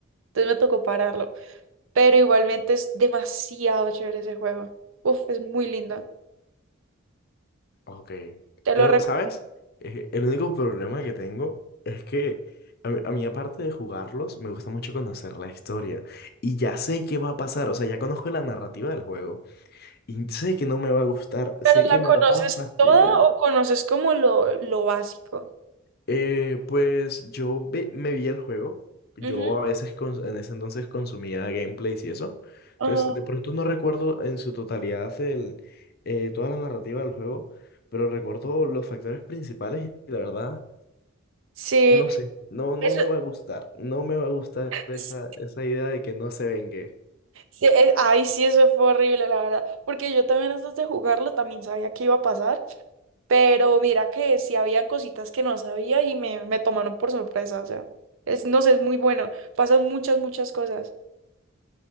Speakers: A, on the right; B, on the left.
A: Entonces me tocó pararlo. Pero igualmente es demasiado chévere ese juego. Uf, es muy lindo.
B: Ok.
A: Te
B: Pero,
A: lo recomiendo.
B: ¿sabes? Eh, el único problema que tengo es que a mí, a mí, aparte de jugarlos, me gusta mucho conocer la historia. Y ya sé qué va a pasar, o sea, ya conozco la narrativa del juego. Y sé que no me va a gustar, sé
A: ¿Pero la
B: que me
A: conoces
B: va a fastidiar.
A: toda o conoces como lo, lo básico?
B: Eh, pues yo ve- me vi el juego. Yo
A: Ujú.
B: a veces cons- en ese entonces consumía gameplays y eso. Entonces,
A: Ah,
B: de pronto no recuerdo en su totalidad el, eh, toda la narrativa del juego, pero recuerdo los factores principales y la verdad,
A: sí,
B: no sé, no, no
A: eso
B: me va a gustar. No me va a gustar esa,
A: es.
B: esa idea de que no se vengue.
A: Sí, eh, ay, sí, eso fue horrible, la verdad. Porque yo también antes de jugarlo también sabía que iba a pasar. Pero mira que sí habían cositas que no sabía y me, me tomaron por sorpresa. O sea, es, no sé, es muy bueno. Pasan muchas, muchas cosas.